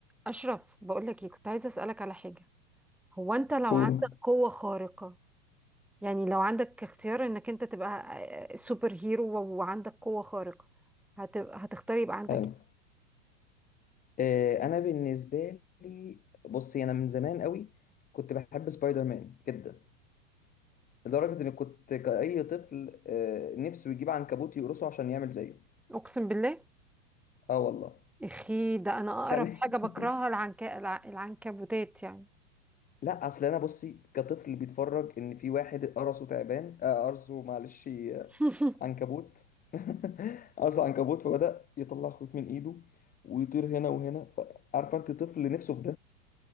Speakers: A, in the centre; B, on the left.
A: أشرف بقولك ايه كنت عايزة أسألك على حاجة هو أنت لو
B: قول
A: عندك قوة خارقة يعني لو عندك اختيار إنك أنت تبقى آه، سوبر هيرو و- وعندك قوة خارقة هتبقى هتختار يبقى عندك
B: حلو
A: ايه
B: آه، انا بالنسبه لي بصي انا من زمان قوي كنت بحب سبايدر مان جدا لدرجه اني كنت كاي طفل آه، نفسه يجيب عنكبوت يقرصه عشان يعمل زيه
A: أقسم بالله
B: اه والله
A: اخي ده أنا أقرب
B: كان
A: حاجة بكرهها
B: <laughs>
A: العنك... الع- العنكبوتات يعني
B: لا اصل انا بصي كطفل بيتفرج ان في واحد قرصه تعبان آه، قرصه معلش آه،
A: <laughs>
B: عنكبوت <laughs> قرصه عنكبوت فبدأ يطلع خيط من ايده ويطير هنا وهنا فعارفه انت طفل نفسه في